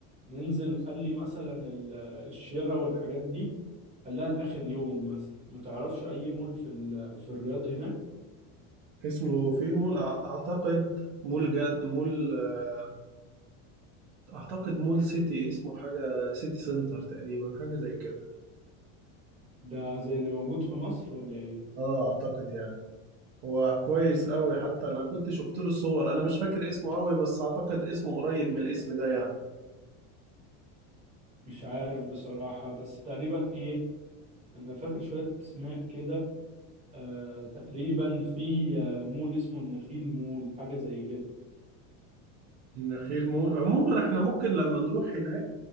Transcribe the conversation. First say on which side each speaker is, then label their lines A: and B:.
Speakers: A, on the right (about 15°); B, on the right (about 75°).
A: ننزل خلي مثلا ال- آه، الشراء والحاجات دي خليها لاخر يوم مثلا ما تعرفش اي مول في ال- في الرياض هناك
B: اسمه في مول أع- أعتقد مول جد مول آه، أعتقد مول سيتي اسمه حاجة سيتي سنتر تقريبا حاجة زي كده
A: ده زي اللي موجود في مصر ولا ايه
B: اه أعتقد يعني هو كويس أوي حتى أنا كنت شفت له صور أنا مش فاكر اسمه أوي بس أعتقد اسمه قريب من الاسم ده يعني
A: مش عارف بصراحه بس تقريبا ايه انا فاكر شويه اسماء كده آه تقريبا في آه، مول اسمه النخيل مول حاجه زي كده
B: النخيل مول عموما احنا ممكن لما نروح هناك